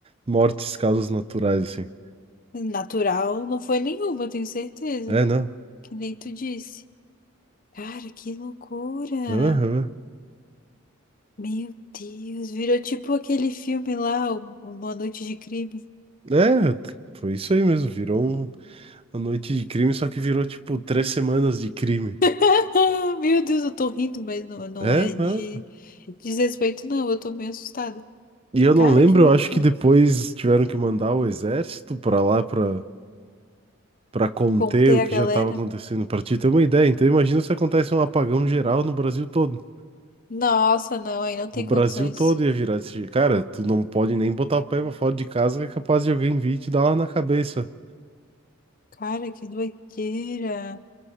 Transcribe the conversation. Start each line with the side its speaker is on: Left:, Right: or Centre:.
Right: mortes, causas naturais, assim.
Left: Natural não foi nenhuma, eu tenho certeza.
Right: É, não.
Left: Que nem tu disse. Cara, que loucura!
Right: Aham.
Left: Meu Deus, virou tipo aquele filme lá, o- Uma Noite de Crime.
Right: É, t- foi isso aí mesmo. Virou um- uma noite de crime, só que virou tipo três semanas de crime.
Left: <laughs> Meu Deus, eu tô rindo, mas não, não
Right: É,
Left: é
Right: né?
Left: de desrespeito, não. Eu tô meio assustada.
Right: E eu não
Left: Cara,
Right: lembro,
Left: que loucura.
Right: eu acho que depois tiveram que mandar o exército pra lá pra, pra conter
Left: Contei
Right: o
Left: a
Right: que
Left: galera.
Right: já tava acontecendo. Pra te ter uma ideia, então imagina se acontece um apagão geral no Brasil todo.
Left: Nossa, não, aí não tem
Right: O Brasil
Left: condições.
Right: todo ia virar esse. jeito. Cara, tu não pode nem botar o pé pra fora de casa que é capaz de alguém vir e te dar uma na cabeça.
Left: Cara, que doideira.